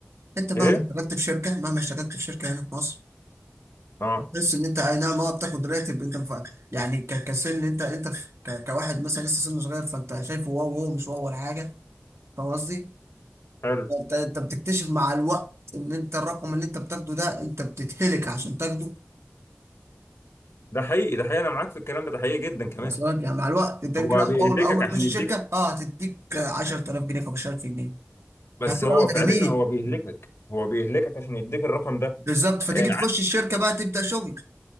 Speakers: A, on the right; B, on the left.
A: انت مهما
B: ايه
A: اشتغلت في شركه مهما اشتغلت في شركه هنا في مصر
B: اه
A: تحس ان انت اي نعم اه بتاخد راتب انت ف... يعني ك... كسن انت انت ف... ك... كواحد مثلا لسه سنه صغير فانت شايفه واو واو مش واو ولا حاجه فاهم قصدي؟
B: حلو
A: انت انت بتكتشف مع الوقت ان انت الرقم اللي انت بتاخده ده انت بتتهلك عشان تاخده
B: ده حقيقي ده حقيقي انا معاك في الكلام ده ده حقيقي جدا كمان
A: اصلا يعني مع الوقت انت يمكن
B: هو
A: اول
B: بيهلكك
A: اول أول
B: عشان
A: ما تخش
B: يديك
A: الشركه اه هتديك 10000 جنيه 15000 جنيه
B: بس
A: هتقول
B: هو
A: اه
B: فعلا
A: ده جميل
B: هو بيهلكك هو بيهلكك عشان يديك الرقم ده
A: بالظبط فتيجي
B: آه،
A: تخش الشركه بقى تبدا شغل